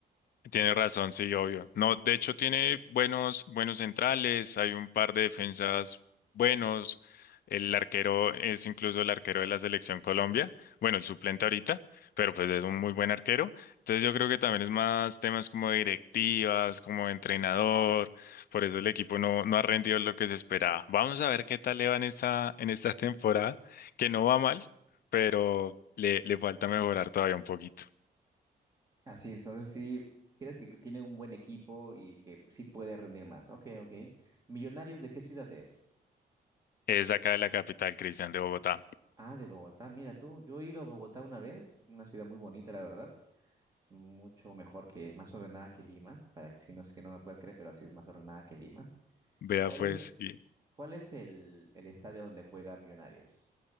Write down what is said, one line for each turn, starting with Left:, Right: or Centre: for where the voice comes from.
Left: Tiene razón, sí, obvio. No, de hecho tiene buenos, buenos centrales, hay un par de defensas buenos. El arquero es incluso el arquero de la selección Colombia, bueno, el suplente ahorita, pero pues es un muy buen arquero. Entonces yo creo que también es más temas como directivas, como entrenador, por eso el equipo no, no ha rendido lo que se esperaba. Vamos a ver qué tal le va en esta, en esta temporada, que no va mal, pero le, le falta mejorar todavía un poquito.
Right: Así, entonces sí, crees que tiene un buen equipo y que sí puede rendir más. Ok, ok. Millonarios, ¿de qué ciudad es?
Left: Es acá de la capital, Cristian, de Bogotá.
Right: Ah, de Bogotá. Mira tú, yo he ido a Bogotá una vez, una ciudad muy bonita, la verdad. Mucho mejor que, más ordenada que Lima, para que si no es que no me puedes creer, pero así es más ordenada que Lima.
Left: Vea
Right: ¿Cuál
Left: pues,
Right: es,
Left: y
Right: cuál es el, el estadio donde juega Millonarios?